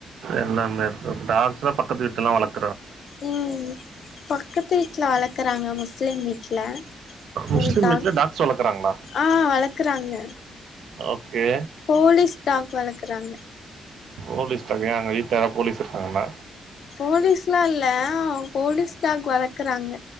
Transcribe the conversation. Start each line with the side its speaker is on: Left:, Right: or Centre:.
Right: எல்லாமே இருக்கு டாக்ஸ்லா பக்கத்து வீட்லலா வளக்
Left: ம் பக்கத்து வீட்ல வளக்குறாங்க மு ஸ்லீம் மீட்ல
Right: முஸ்லீம்
Left: ஒரு டாக்
Right: வீட்டில் டாக்ஸ் வளர்க்குறாங்களா
Left: ஆ வளக்குறாங்க
Right: ஓகே
Left: போலீஸ் டாக் வளக்குறாங்க
Right: போலீஸ் டாக் ஏன் அங்க வீட்டு எதா போலீஸ் இருக்காங்கலா
Left: போலீஸ்லா இல்ல போலீஸ் டாக் வளக்குறாங்க